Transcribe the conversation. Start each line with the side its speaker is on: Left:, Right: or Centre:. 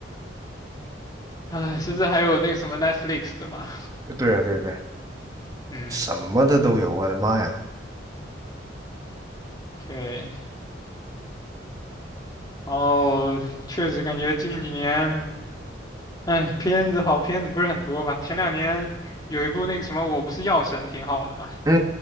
Left: 哎，甚至还有那个什么 Netflix 的嘛，
Right: 对啊，对啊对对
Left: 嗯，
Right: 什么的都有，我的妈呀！
Left: <laughs> 对，然后确实感觉近几年，哎，片子好片子不是很多吧？前两年有一部那个什么《我不是药神》挺好的嘛，
Right: 嗯